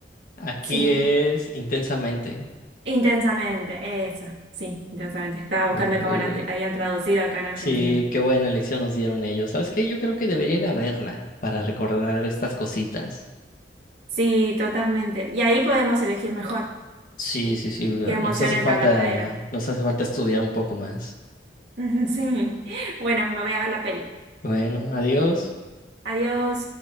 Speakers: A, on the left; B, on the right.
A: Aquí
B: Sí,
A: es intensamente.
B: intensamente, esa, sí, intensamente. Estaba buscando
A: Uy,
B: cómo la te- habían traducido acá en Argentina.
A: sí, qué buena lección nos dieron ellos. ¿Sabes qué? Yo creo que debería ir a verla para recordar estas cositas.
B: Sí, totalmente. Y ahí podemos elegir mejor.
A: Sí, sí, sí, nos
B: Qué emoción
A: hace
B: es
A: falta,
B: la verdadera.
A: nos hace falta estudiar un poco más.
B: <laughs> Sí. Bueno, me voy a ver la peli.
A: Bueno, adiós.
B: Adiós.